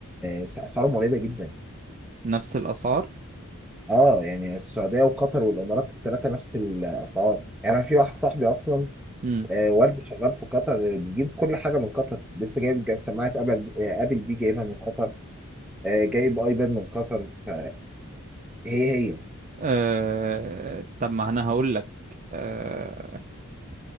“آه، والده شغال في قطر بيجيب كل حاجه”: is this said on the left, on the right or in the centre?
Centre